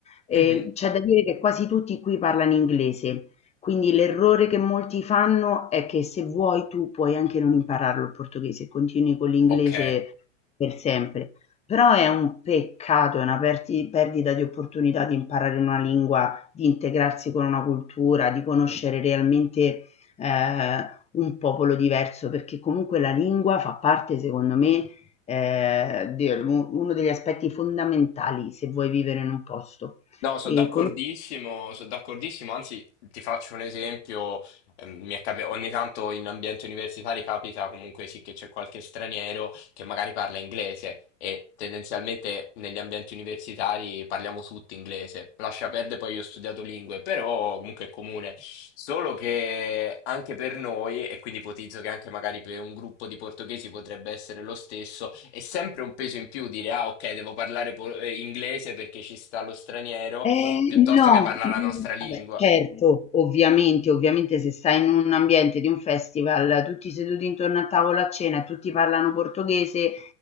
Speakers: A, on the left; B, on the left.
A: e
B: Mhm,
A: c'è da dire che quasi tutti qui parlano inglese. Quindi l'errore che molti fanno è che se vuoi tu puoi anche non impararlo il portoghese, continui con l'inglese
B: Ok.
A: per sempre. Però è un peccato, è una perti- perdita di opportunità di imparare una lingua, di integrarsi con una cultura, di conoscere realmente eh, un popolo diverso, perché comunque la lingua fa parte, secondo me, eh, di uno degli aspetti fondamentali se vuoi vivere in un posto.
B: No, sono
A: E
B: d'accordissimo,
A: conoscere
B: sono d'accordissimo, anzi ti faccio un esempio Ehm, mi è capi- ogni tanto in ambienti universitari capita comunque sì che c'è qualche straniero che magari parla inglese e tendenzialmente negli ambienti universitari parliamo tutti inglese. Lascia perdere, poi io ho studiato lingue, però comunque è comune. Solo che anche per noi, e quindi ipotizzo che anche magari per un gruppo di portoghesi potrebbe essere lo stesso, è sempre un peso in più dire ah ok, devo parlare po- eh, inglese perché ci sta lo straniero,
A: Eh,
B: piuttosto
A: no,
B: che parlare
A: mm,
B: la nostra lingua.
A: vabbè, certo, ovviamente, ovviamente se stai in un ambiente di un festival, tutti seduti intorno a tavola a cena e tutti parlano portoghese